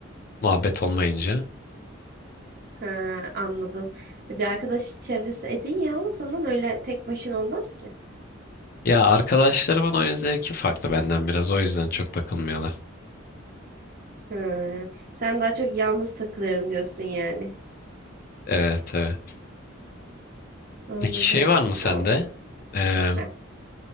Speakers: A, on the left; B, on the right.
A: Muhabbet olmayınca.
B: Ha, anladım. E, Bir arkadaş çevresi edin ya o zaman öyle tek başına olmaz ki.
A: Ya arkadaşlarımın oyun zevki farklı benden biraz. O yüzden çok takılmıyorlar.
B: Hı. Sen daha çok yalnız takılıyorum diyorsun yani.
A: Evet evet.
B: Anladım.
A: Peki şey var mı sende?
B: O
A: Ee,
B: Heh.